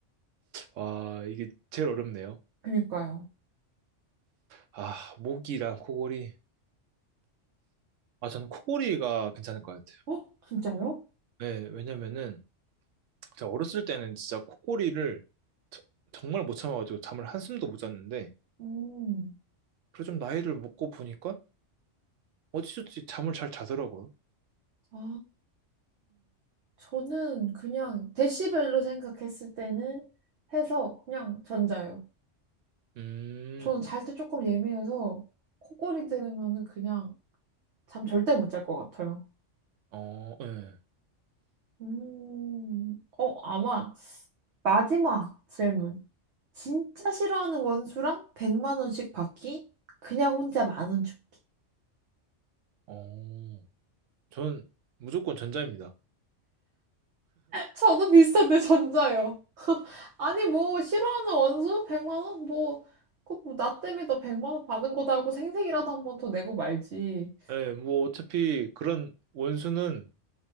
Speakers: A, on the right; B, on the right.
A: 와, 이게 제일 어렵네요.
B: 그니까요.
A: 아, 모기랑 코골이. 아, 저는 코골이가 괜찮을 것 같아요.
B: 어? 진짜요?
A: 네, 왜냐면은 제가 어렸을 때는 진짜 코골이를 저- 정말 못 참아가지고 잠을 한숨도 못 잤는데
B: 음,
A: 그래 좀 나이를 먹고 보니까 어찌저찌 잠을 잘 자더라고요.
B: 아, 저는 그냥 데시벨로 생각했을 때는 해서 그냥 전자요.
A: 음,
B: 저는 잘 때 조금 예민해서 코골이 들으면은 그냥 잠 절대 못 잘 것 같아요.
A: 어, 예,
B: 음, 어, 아마. 마지막 질문. 진짜 싫어하는 원수랑 100만 원씩 받기? 그냥 혼자 만 원 줍기.
A: 어, 전 무조건 전자입니다.
B: 저도 비슷한데 전자요. <laughs> 아니 뭐 싫어하는 원수 100만 원? 뭐, 그나 때문에 너 100만 원 받은 거다 하고 생색이라도 한번 더 내고 말지.
A: 예, 뭐 어차피 그런 원수는